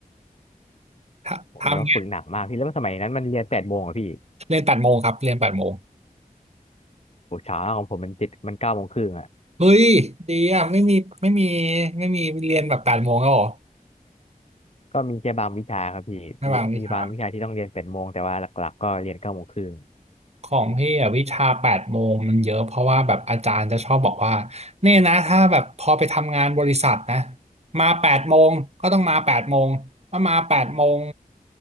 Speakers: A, on the right (about 45°); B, on the left (about 45°).
A: ถ้าทำเงี้ย
B: ผมเนี่ยว่าฝึกหนักมากพี่แล้วสมัยนั้นมันเรียนแปดโมงอะพี่
A: เรียนแปดโมงครับเรียนแปดโมง
B: โหเช้าของผมมันเจ็ดมันเก้าโมงครึ่งอะ
A: เฮ้ยดีอ่ะไม่มีไม่มีไม่มีเรียนแบบแปดโมงแล้วเหรอ
B: ก็มีแค่บางวิชาครับพี่มีมีบางวิชาที่ต้องเรียนแปดโมงแต่ว่าหลักๆก็เรียนเก้าโมงครึ่ง
A: ระหว่างวิชา ของพี่อะวิชาแปดโมงมันเยอะเพราะว่าแบบอาจารย์จะชอบบอกว่าเนี่ยนะถ้าแบบพอไปทำงานบริษัทนะมาแปดโมงก็ต้องมาแปดโมงถ้ามาแปดโมง